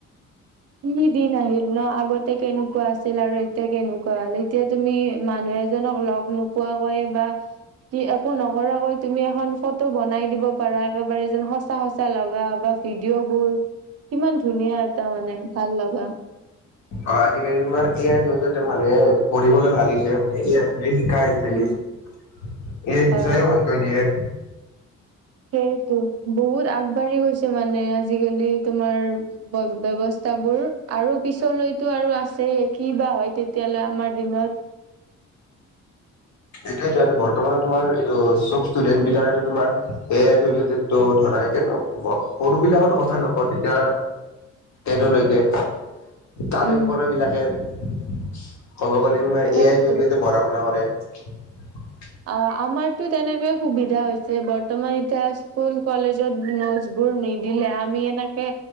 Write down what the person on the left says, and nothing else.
অ আজিকালি তোমাৰ এয়াই জৰিয়তে মানুহে পঢ়িবলৈ ভাল হৈছে মান এ শিকাই আজিকালি
এই
বুজায়ও ভালকৈ দিয়ে।
সেইটয়েতো বৰ্তমান তোমাৰ এইটো চব ষ্টুডেন্ট বিলাকো তোমাৰ এয়াৰ জৰিয়তে তো ধৰা এতি সৰু বিলাকৰো কথা নকওঁ তেতিয়া তেনলৈকে, তাৰে
ওপৰ বিলাকে <inaudible> ক'ব গ'লে তোমাৰ এ
আইৰ জৰিয়তে পঢ়া শুনা কৰে। <inaudible>